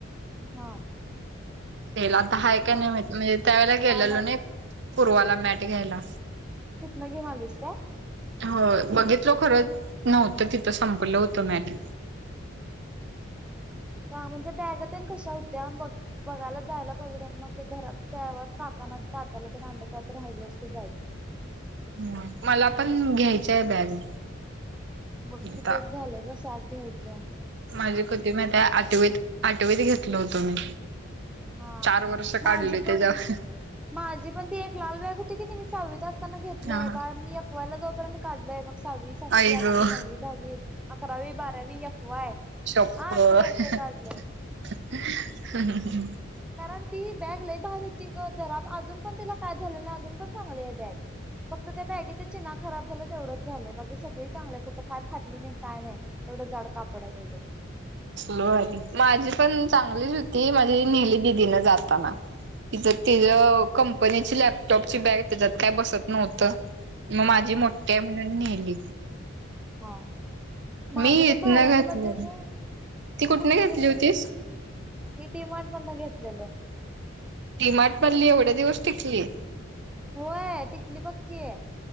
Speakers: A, in the centre; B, on the right.
A: हा.
B: तेला आता हायं काय
A: हा
B: नाही माहित
A: असं
B: म्हणजे त्यावेेळेला गेलेलो
A: काय माहित
B: नाही पूर्वाला मॅट घ्यायला.
A: तिथंन घेऊन आलीस काय?
B: होयं बघितलो खरं नव्हतं तिथं संपलं होतं मॅट
A: हां म्हणजे बॅगा तेन कशा होत्या बघायला जायला पाहिजे होत मग ते घरात तेव्हाच काकाना तात्याला तेन आणलं त्यात राहिलंच ते जायचं.
B: ह मला पण घ्यायची आहे बॅग.
A: बक्की
B: आता
A: तेच झालंय ग सॅक घ्यायचीयं.
B: माझी कधी माहितेय आठवीत आठवीत घेतलो होतो मी.
A: हा
B: चार वर्ष
A: माझी
B: काढले
A: पण
B: त्याच्यावर
A: माझी पण ती एक लाल बॅग होती. क नी मी सहावित असताना घेतलय
B: हा
A: बाळ मी एफ वाय ला जाऊ पर्यंत काढलेय. सहावी, सातवी,
B: आई
A: आठवी,
B: ग
A: नववी, दहावी, अकरावी, बारावी एफ वाय.
B: शपथ
A: आठ वर्ष काढलय कारण ती बॅग लई लय भारी होती ग जरा अजून पण त्याला काय झालेलं अजून पण चांगली बॅग. फक्त ते बॅगे च चिना खराब झालं तेवढंच झालंय बाकी सगळी चांगलंय कुठं काय फाटली नाही काय नाही तेवढं जाड कापड हाय त्याच.
B: लो माझी पण चांगलीच होती नेले दीदीने जाताना तिच्या
A: हा.
B: तिला कंपनीचे लॅ लॅपटॉपची बॅग त्याच्यात काय बसत नव्हतं मग माझी मोठ्ठी आहे म्हणून नेली.
A: हां माझे
B: मी
A: पण
B: इथनं
A: भारी आहे
B: घातली
A: का मग त्याच
B: ती
A: तू
B: कुठनं
A: कुठन
B: घेतली
A: घेतलेलीस
B: होतीस
A: मी डी मार्ट मध्ये घेतलेलो.
B: डी मार्ट मधली एवढे दिवस टिकली.
A: होय टिकली पक्की आहे.